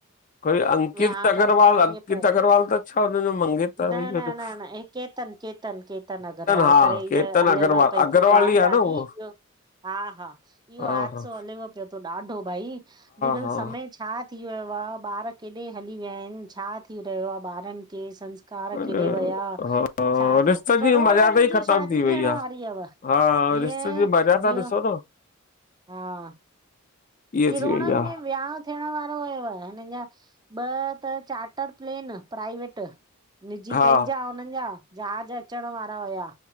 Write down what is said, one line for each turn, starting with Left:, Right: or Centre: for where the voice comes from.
Left: कोई अंकित
Right: वियांह
Left: अगरवाल,
Right: खां थोरा ॾींहं
Left: अंकित
Right: पहिर
Left: अगरवाल त छा हुनजो मंगेतर
Right: न
Left: हुई
Right: न
Left: गडु
Right: न
Left: <unintelligible>
Right: न हे केतन, केतन, केतन अगरवाल
Left: हा
Right: करे ईअ
Left: केतन
Right: हलेव
Left: अग्रवाल
Right: पई
Left: अग्रवाल
Right: थी ॻाल्हि
Left: ई आ
Right: ॾाढी,
Left: न उहो
Right: इहो हा, हा, इहो
Left: हा
Right: हादसो
Left: हा
Right: हलेव पियो थो ॾाढो भई! अॼुकल्ह
Left: हा
Right: समय छा थी वियो आ? ॿार केॾे हली विया आहिनि? छा थी रहियो आहे ॿारनि खे संस् कार
Left: हा
Right: केॾे वया?
Left: हा हा,
Right: छा थियो?
Left: रिश्ते
Right: करोड़नि
Left: जी मर्यादा ई
Right: जी
Left: ख़तम
Right: शादी
Left: थी
Right: थियण
Left: वई
Right: वारी
Left: आ।
Right: हुवव।
Left: हा
Right: ईअं
Left: रिश्ते जी मर्यादा
Right: इहो
Left: ॾिसो न
Right: हा,
Left: इहा
Right: किरोड़नि
Left: थी वई
Right: में
Left: आ
Right: वियाउं थियण वारो हुयव, हिनन् जा ॿ त चार्टर प्लेन प्राइवेट। निजी
Left: हा
Right: पंहिंजा हुननि जा, जहाज अचण वारा हुया,